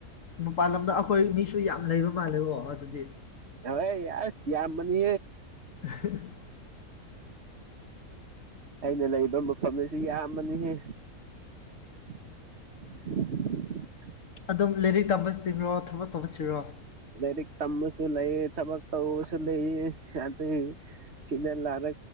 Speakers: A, on the left; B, on the right.
A: ꯃꯄꯥꯟ ꯂꯝꯗ ꯑꯩꯈꯣꯏ ꯃꯤꯁꯨ ꯌꯥꯝ ꯂꯩꯕ ꯃꯥꯜꯂꯦꯕꯣ ꯑꯗꯨꯗꯤ
B: ꯍꯣꯏ ꯌꯥꯁꯤ ꯌꯥ ꯌꯥꯝ ꯃꯅꯤ
A: <inaudible>
B: <inaudible> ꯑꯩꯅ ꯂꯩꯕ ꯃꯐꯝ ꯑꯁꯤ ꯌꯥꯝꯕꯅꯤꯍꯦ <inaudible>
A: ꯑꯗꯨꯝ ꯂꯥꯏꯔꯤꯛ ꯇꯝꯕ ꯁꯤ꯭ꯔꯣ ꯊꯕꯛ ꯇꯧꯕꯁꯤꯔꯣ
B: ꯂꯥꯏꯔꯤꯛ ꯇꯝꯕꯁꯨ ꯂꯩ ꯊꯕꯛ ꯇꯧꯕꯁꯨ ꯂꯩ ꯑꯗꯨ ꯁꯤꯗꯂꯔ